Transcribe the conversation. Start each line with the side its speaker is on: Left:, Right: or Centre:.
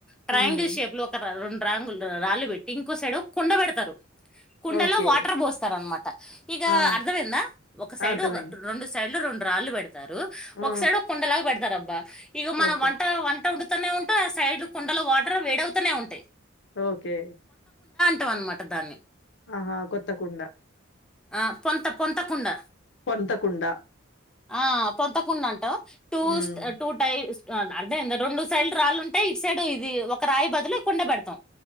Centre: ట్రయాంగిల్
Left: హ్మ్.
Centre: షేప్ లో ఒక రో రాంగులు రాళ్ళు పెట్టి ఇంకో సైడు, కుండ పెడతారు. కుండలో
Left: ఓకే.
Centre: వాటర్ పోస్తరనమాట ఇగా
Left: ఆ!
Centre: అర్ధమైందా ఒక సైడ్
Left: అర్థమైంది.
Centre: ఒకట్ రెండు సైడ్లు రోండ్ రాళ్ళు బెడతరు
Left: ఆ!
Centre: ఒక సైడ్ ఒ కుండలాగ పెడతారబ్బా ఇగ మనం
Left: ఓకే.
Centre: వంట వంట్ తనే ఉంటం ఆ సైడ్లో కుండల వాటర్ వేడవుతనే ఉంటయి.
Left: ఓకే
Centre: టవ్ అనమాట దాన్ని
Left: ఆహా! కొత్త కుండ.
Centre: ఆ పొంత పొంతకుండ
Left: పొంత కుండా
Centre: ఆ పొంతకుండంటం, టూస్
Left: హ్మ్.
Centre: టూ టై అర్థమైంద? రెండు సైడ్లు రాళ్ళు ఉంటే ఇటు సైడ్ ఇది ఒక రాయి బదులు కుండ బెడతం